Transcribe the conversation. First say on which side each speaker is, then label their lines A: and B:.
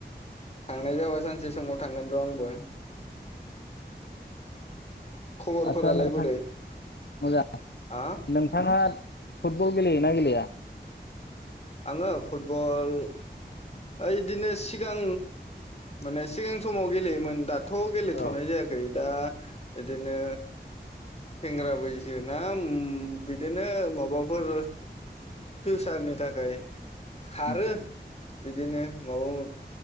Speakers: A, on the left; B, on the left.
A: थांनाय जाबा सानसे समाव थांगोन र आंबो। खबरफोरालाय
B: आदसा नोंथां
A: बोरै
B: मोजां
A: हा
B: नोंथाङा फुटबल गेलेयोना गेलेया?
A: आङो फुटबल ओ बिदिनो सिगां माने सिगां समाव गेलेयोमोन दा थ गेलेथनाय
B: औ
A: जायाखै दा बिदिनो सेंग्रा बैसोना उम बिदिनो माबाफोर फिउसारनि थाखाय खारो
B: अ
A: । बिदिनो माबा